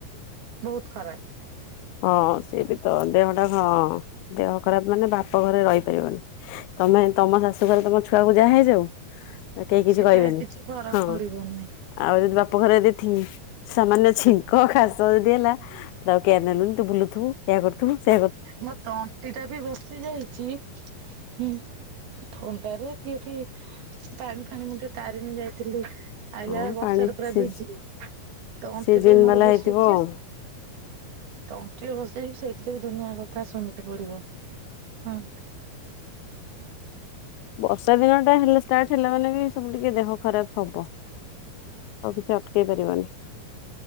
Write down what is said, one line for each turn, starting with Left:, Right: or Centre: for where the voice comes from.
Right: ବହୁତ୍ ଖରାପ୍।
Left: ହଁ, ସେ ବି ତ ଦେହଟା ହଁ ଦେହ ଖରାପ ମାନେ ବାପ ଘରେ ରହିପାରିବନି। ତମେ ତମ ଶାଶୁଘରେ ତମ ଛୁଆକୁ ଯାହା ହେଇଯାଉ କେହି କିଛି
Right: ସେଇଟା
Left: କହିବେନି,
Right: କିଛି ଫରକ
Left: ହଁ।
Right: ପଡିବନି
Left: ଆଉ ଯଦି ବାପ ଘରେ ଏଦି ଛିଙ୍କ ସାମାନ୍ୟ ଛିଙ୍କ କାଶ ଯଦି ହେଲା ତାକୁ କେୟାର୍ ନେଲୁନି। ତୁ ବୁଲୁଥୁବୁ ଏୟା କରୁଥିବୁ ସେ
Right: ମୋ ତଣ୍ଟି ଟା ବି ବସି ଯାଇଛି, ହୁଁ। ଥଣ୍ଡାରେ ପିଇକି ପାଣି ଫାଣି ମୁନ୍ଦେ ତାରିଣୀ ଯାଇଥିଲି। ଆଇଲାବେଳେ
Left: ହଁ
Right: ବର୍ଷାରେ
Left: ପାଣି
Right: ପୁରା
Left: ସି
Right: ଭିଜି ତଣ୍ଟି
Left: ସିଜିନ
Right: ଟିକେ ମୋର
Left: ବାଲା
Right: ବସି
Left: ହେଇଥିବ
Right: ଯାଇଛି।
Left: ଆଉ
Right: ତଣ୍ଟିରେ ବଦିଆଯାଇଛି ସେଇଥିରେ ବି ଦୁନିଆ କଥା ଶୁଣିବାକୁ ପଡିବ, ହୁଁ।
Left: ବର୍ଷା ଦିନ ଟା ହେଲେ ଷ୍ଟାର୍ଟ ହେଲା ମାନେ ବି ସବୁ ଟିକେ ଦେହ ଖରାପ ହବ। ତାକୁ କିଏ ଅଟକେଇ ପାରିବନି।